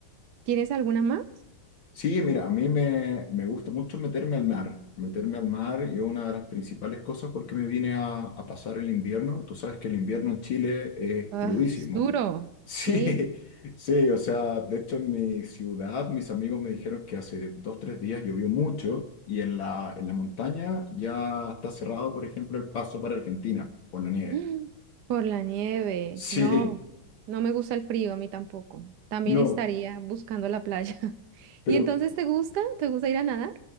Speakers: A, on the right; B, on the left.
A: ¿Tienes alguna más?
B: Sí, mira, a mí me, me gusta mucho meterme al mar. Meterme al mar y una de las principales cosas por qué me vine a, a pasar el invierno. Tú sabes que el invierno en Chile es
A: Ah,
B: crudísimo.
A: es duro,
B: <laughs> Sí,
A: sí.
B: sí, o sea, de hecho en mi ciudad mis amigos me dijeron que hace dos, tres días llovió mucho y en la, en la montaña ya está cerrado, por ejemplo, el paso para Argentina por la nieve.
A: Mm, Por la nieve,
B: <laughs>
A: no,
B: Sí,
A: no me gusta el frío, a mí tampoco. También
B: no,
A: estaría buscando la playa. <laughs>
B: pero...
A: ¿Y entonces te gusta? ¿Te gusta ir a nadar?